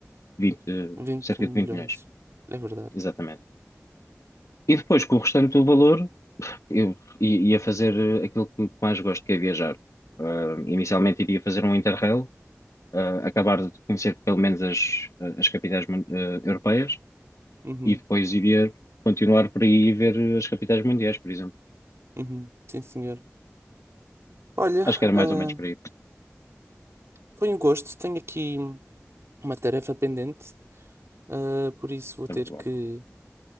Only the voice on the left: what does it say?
20, eh,
cerca
de 20 milhões.
Exatamente. E depois, com o restante do valor, eu i- ia fazer eh, aquilo que mais gosto, que é viajar. Ah, inicialmente iria fazer um Interrail, ah, acabar de conhecer pelo menos as, eh, as capitais mun- eh, europeias
e depois iria continuar por aí e ver eh, as capitais mundiais, por exemplo.
Acho que era
mais ou menos por aí.
Sem
problema.